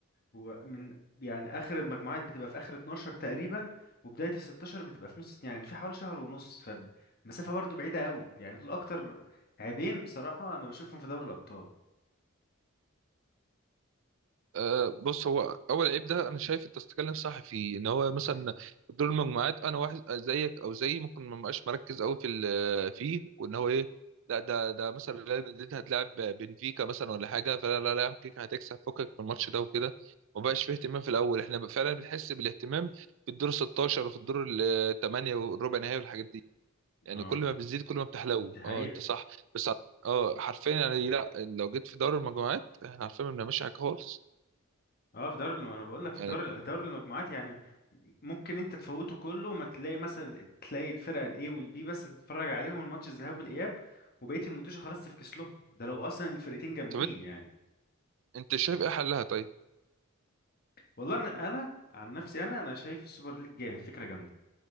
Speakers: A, on the left (about 45°); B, on the right (about 60°).
A: هو من يعني اخر المجموعات بتبقى في اخر 12 تقريبا وبدايه ال 16 بتبقى في نص يعني في حوالي شهر ونص فمسافه برضو بعيده قوي يعني دول اكتر عيبين بصراحه انا بشوفهم في دوري الابطال
B: أه بص هو اول عيب ده انا شايف انت بتتكلم صح فيه ان هو مثلا
A: مم.
B: دور المجموعات انا واحد زيك او زيي ممكن ما بقاش مركز قوي في ال- فيه وان هو ايه لا ده ده مثلا ريال مدريد هتلاعب بنفيكا مثلا ولا حاجه فلا لا لا يا عم كيكا هتكسب فكك من الماتش ده وكده ما بقاش فيه اهتمام في الاول احنا بقى فعلا بنحس بالاهتمام في الدور 16 وفي الدور الثمانيه والربع نهائي والحاجات دي يعني
A: اه
B: كل ما بتزيد كل ما بتحلو
A: دي حقيقة
B: اه انت صح بس ع- اه حرفيا يعني لا لو جيت في دوري المجموعات احنا عارفين ما بنعملش حاجه خالص
A: اه في دوري الم- انا بقول لك في
B: يعني
A: دوري دوري المجموعات يعني ممكن انت تفوته كله وما تلاقي مثلا تلاقي الفرقه الاي والبي بس تتفرج عليهم الماتش الذهاب والاياب وبقيه الماتش خلاص تفكس لهم ده لو اصلا الفرقتين جامدين
B: طب انت
A: يعني
B: أنت شايف ايه حلها طيب
A: والله انا أنا عن نفسي انا انا شايف السوبر ليج جامد فكره جامده